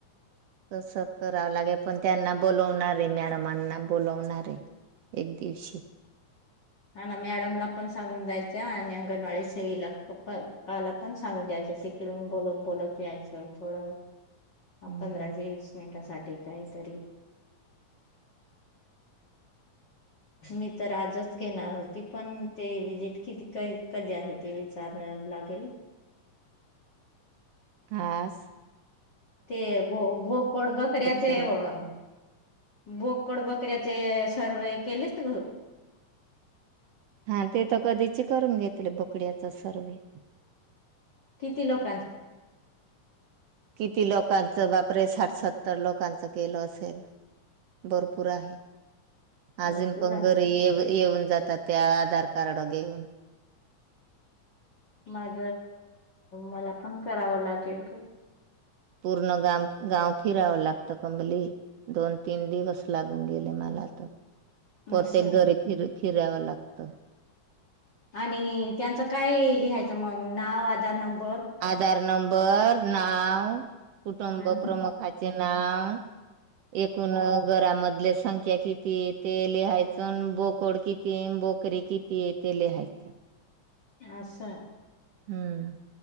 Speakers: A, on the right (about 75°); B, on the left (about 40°).
A: कस करावं लागेल पण त्यांना बोलावणार. तरी मॅडमांना बोलावणारे एक दिवशी
B: हा ना मॅडमला पण सांगून द्यायच्या आणि अंगणवाडी सेवीला पप्पा काला पण सांगून द्यायच. तिकडून बोलत बोलत यायचं थोडं
A: हम्म
B: पंधरा वीस मिनटासाठी काही तरी मी तर आजच घेणार होती पण ते विजिट क कधी आहे ते विचारणार. लागेल.
A: आस.
B: ते ब बोकड बकऱ्याच
A: करायच
B: आहे बबा बोकड बक बकऱ्याचे सर्वे केलेच.
A: हा ते तर कधीच करून घेतले बोकड्याचे सर्वे
B: किती लोक.
A: किती लोकांच बापरे साठसत्. सतर लोकांच केलं असेल भरपूर आहे.
B: भरपूर
A: आजिम पण
B: आहे
A: घरी ये येऊन जातात त्या आधार कार्ड व घेऊन
B: माझ मला पण करावं लागेल का?
A: पूर्ण गाम गाव फिरावं लागतं कंबली दोन तीन दिवस लागून गेले मला तर प्रत्येक
B: असं
A: घरी फिर फिरावं लागत.
B: आणि त्यांचं काय लिहायचं मग नाव आधार नंबर
A: आधार नंबर नाव कुटुंब
B: हा
A: प्रमुखाचे नाव एकूण घरामध्ये मधले संख्या किती आहे ते लिहायच बोकोड किती आहे बोकडी किती आहे ते लिहायच.
B: अच्छा.
A: हम्म.